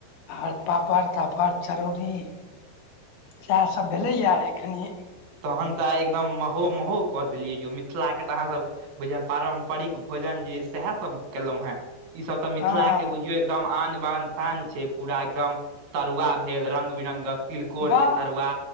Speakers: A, on the left; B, on the right.
A: आर पापड़-तापड़ चरौड़ी। सैह सब भेलै यै आय खनी।
B: तहन तऽ आय एकदम महो-महो कऽ देलियै यौ, मिथिला के तऽ अहाँ सब भैया पारम्परिक भोजन जे तै सहे सब केलो हें। ई सब तऽ मिथिला
A: हँ
B: के बुझियो एकदम आन, बान, शान छीयै, पूरा एकदम तरुआ भेल रंग-बिरंगक तिलकोर
A: वाह
B: के तरुआ,